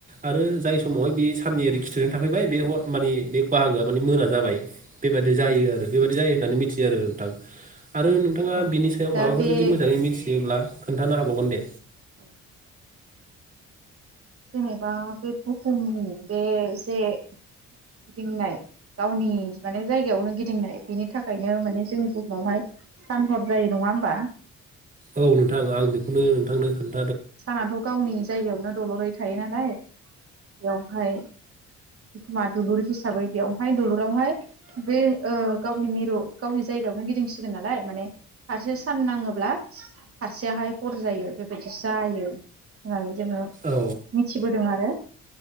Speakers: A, on the right; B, on the right.
A: आरो जाय समावहाय बे साननि ओरै खिथुैजों थाफैबाय बे हर मानि बे बाहागोआ माने मोना जाबाय बेबादि। जायो आरो बेबायदि जायो होननानै मिथियो आरो ओं। थां आरो नोंथाङा
B: औ
A: बिनि सायाव
B: दा
A: माबाफोर
B: बे
A: जुदि मोजाङै मिथियोब्ला खोन्थानो हाबावगोन दे।
B: औ। जेनेबा बे बुहुमनि बे जे गिदिंनाय गावनि माने जायगायावनो गिदिंनाय बेनि थाखायनो माने जोंनि बुहुमावहाय सान हर जायो। नङा होमबा
A: औ नोंथां आं बेखौनो थांनो खोन
B: सानाथ' गावनि जायगायावनो दलरै थायो नालाय बेवहाय बुहुमा दुलुर हिसाबै बेवहाय दुलुरावहाय बे ओ गावनि मिरु गावनि जायगायावनो गिदिंसिगोन नालाय माने फारसे सान नाङोब्ला फारसेयाहाय हर जायो बेबादिस दायो ओमाय। जोङो
A: औ
B: मिथिबोदों आरो।